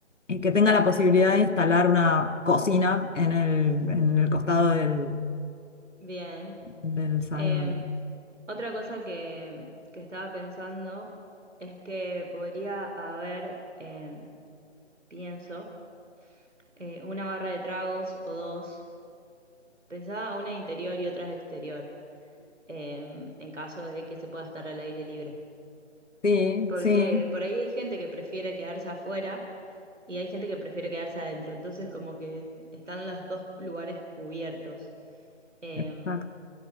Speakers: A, on the left; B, on the right.
A: eh, que tenga la posibilidad de instalar una cocina en el, en el costado del,
B: bien.
A: del salón.
B: Em, otra cosa que, que estaba pensando es que podría haber, em, pienso, eh, una barra de tragos o dos. Pensaba una interior y otra exterior, em, en caso de que se pueda estar al aire libre.
A: Sí,
B: Porque
A: sí,
B: por ahí hay gente que prefiere quedarse afuera y hay gente que prefiere quedarse adentro. Entonces, como que están los dos lugares cubiertos. Eh,
A: exacto.